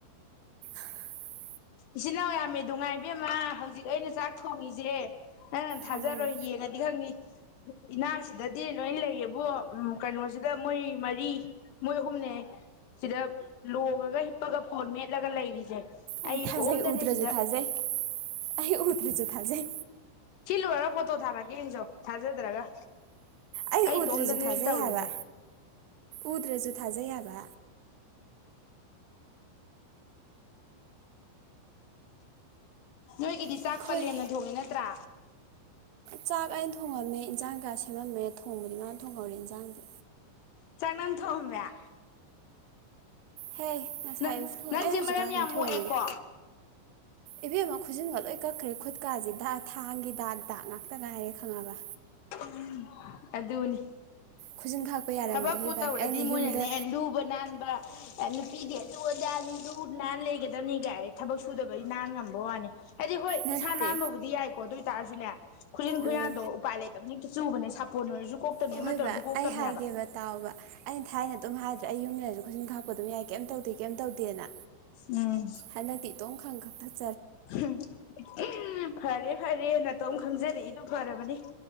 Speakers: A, on the right; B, on the left.
A: <unintelligible>
B: ꯏꯆꯤꯟꯜꯅꯥꯎ ꯌꯥꯝꯃꯤ ꯅꯨꯡꯉꯥꯏꯕꯃ ꯍꯧꯖꯤꯛ ꯑꯩꯅ ꯆꯥꯛ ꯊꯣꯡꯉꯁꯦ ꯅꯪ ꯅꯪ ꯊꯥꯖꯔꯣꯏ
A: ꯎꯝ
B: ꯌꯦꯡꯉꯗꯤ ꯈꯪꯅꯤ ꯏꯅꯥꯎꯁꯤ ꯗꯗꯤ ꯂꯣꯏ ꯂꯩꯌꯦꯕ ꯀꯩꯅꯣꯁꯤꯗ ꯃꯣꯏ ꯃꯔꯤ ꯃꯣꯏ ꯑꯍꯨꯝꯅꯦ ꯁꯤꯗ ꯂꯣꯡꯉꯒ ꯍꯤꯞꯄꯒ ꯐꯣꯟ ꯃꯦꯠꯂꯒ ꯂꯩꯔꯤꯁꯦ
A: ꯑꯩ ꯊꯥꯖ
B: ꯏꯇꯣꯝꯗꯅꯦ
A: ꯎꯗꯔꯁꯨ
B: ꯁꯤꯗ
A: ꯊꯥꯖꯩ ꯑꯩ ꯎꯇꯔꯁꯨꯨ ꯊꯥꯖꯩ
B: ꯁꯤꯤꯜꯂꯨ ꯈꯔꯒ ꯄꯣꯠꯇꯣ ꯊꯥꯔꯛꯀꯦ ꯏꯟꯖꯣ ꯊꯥꯖꯗ꯭ꯔꯒ
A: ꯑꯩ ꯎꯗ꯭ꯔꯁꯨ
B: ꯏꯇꯣꯝꯗꯅꯦ
A: ꯊꯥꯖꯩ
B: ꯇꯧꯔꯤꯁꯦ
A: ꯍꯥꯏꯕ ꯎꯗ꯭ꯔꯁꯨ ꯊꯥꯖꯩ ꯍꯥꯏꯕ
B: ꯅꯣꯏꯒꯤꯗꯤ
A: ꯑꯩꯈꯣꯏ
B: ꯆꯥꯛ ꯄꯂꯦꯝꯦꯝꯅ ꯊꯣꯡꯉꯦ ꯅꯠꯇ꯭ꯔꯥ
A: ꯆꯥꯛ ꯑꯩꯅ ꯊꯣꯡꯉꯝꯃꯦ ꯏꯟꯖꯥꯡ ꯀꯌꯥ ꯁꯦꯝꯃꯝꯃꯦ ꯊꯣꯡꯕꯗꯤ ꯃꯥꯅ ꯊꯣꯡꯍꯧꯔꯦ ꯏꯟꯁꯥꯡꯗꯤ
B: ꯆꯥꯛꯅꯝ ꯊꯣꯡꯑꯝꯃꯦ
A: ꯍꯦ ꯉꯁꯥꯏ
B: ꯅꯪ
A: ꯑꯌꯨꯛꯁꯨ ꯊꯣꯡꯉꯦ
B: ꯅꯪꯁꯦ
A: ꯑꯩ ꯍꯧꯖꯤꯛꯀꯥꯟ
B: ꯃꯔꯝ
A: ꯑꯗꯨꯝ
B: ꯌꯥꯝ
A: ꯊꯣꯡꯉꯦ
B: ꯃꯣꯛꯑꯦꯀꯣ
A: ꯏꯕꯦꯝꯃ ꯈꯨꯖꯤꯟꯒ ꯂꯣꯏ ꯀꯛꯈ꯭ꯔꯦ ꯈꯨꯠꯀꯥꯁꯦ ꯊꯥꯡꯒꯤ ꯗꯥꯛ ꯗꯥꯛ ꯉꯥꯛꯇ ꯉꯥꯏꯔꯦ ꯁꯉꯥ
B: ꯎ ꯑꯗꯨ ꯑꯗꯨꯅꯤ
A: ꯈꯨꯖꯤꯟ ꯈꯥꯛꯄ ꯌꯥꯔꯝꯗ꯭ꯔꯦꯍꯦ
B: ꯊꯕꯛꯛꯇꯨ
A: ꯚꯥꯏ
B: ꯇꯧꯔꯗꯤ
A: ꯑꯩꯅ
B: ꯃꯣꯏꯅꯅꯦ
A: ꯌꯨꯝꯗ
B: ꯂꯨꯕ ꯅꯥꯟꯕ ꯄꯤꯗꯦ ꯑꯗꯨ ꯑꯣꯖꯥꯅꯤꯗꯨ ꯅꯍꯥꯟ ꯂꯩꯒꯗꯕꯅꯤꯒꯥꯏ ꯊꯕꯛ ꯁꯨꯗꯕꯩ ꯅꯍꯥꯟ ꯉꯝꯕ ꯋꯥꯅꯤ ꯍꯥꯏꯗꯤ ꯍꯣꯏ
A: ꯅꯠꯇꯦ
B: ꯏꯁꯥ ꯅꯥꯟꯕꯕꯨꯗꯤ ꯌꯥꯏꯀꯣ ꯑꯗꯨ ꯑꯣꯏꯇꯥꯔꯁꯨꯅꯦ ꯈꯨꯖꯤꯟ ꯈꯨꯌꯥꯟꯗꯣ
A: ꯎꯝ
B: ꯎꯄꯥꯏ ꯂꯩꯇꯕꯅꯤ ꯆꯨꯕꯅꯦ ꯁꯥꯄꯣꯟ ꯑꯣꯏꯔꯁꯨ ꯀꯣꯛꯇꯕꯅꯦ
A: ꯍꯣꯏꯕ
B: ꯑꯃꯠꯇ ꯑꯣꯏꯔꯁꯨ ꯀꯣꯛꯇꯕꯅꯦꯕ
A: ꯑꯩ ꯍꯥꯏꯒꯦꯕ ꯇꯥꯎꯕ ꯑꯩꯅ ꯊꯥꯏꯅ ꯑꯗꯨꯝ ꯍꯥꯏꯗ꯭ꯔꯦ ꯑꯩ ꯌꯨꯝꯗꯔꯁꯨ ꯈꯨꯠꯖꯤꯟ ꯈꯥꯛꯄ ꯑꯗꯨꯝ ꯌꯥꯏ ꯀꯩꯝ ꯇꯧꯗꯦ ꯀꯩꯝ ꯇꯧꯗꯦꯅ
B: ꯎꯝ
A: ꯍꯥꯟꯅꯇꯠꯇ ꯈ ꯀ
B: ꯎꯝ ꯐꯔꯦ ꯐꯔꯦ ꯅꯇꯣꯝ ꯈꯪꯖꯔꯛꯏꯗꯨ ꯐꯔꯕꯅꯤ